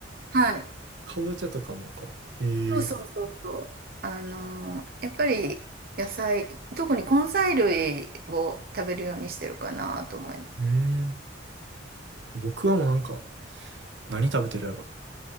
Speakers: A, on the right; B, on the right.
A: はい
B: かぼちゃとかもか。へえ。
A: そうそうそうそう。あの、やっぱり野菜、特に根菜類を食べるようにしてるかなと思います。
B: うーん。僕はもうなんか、何食べてるやろ。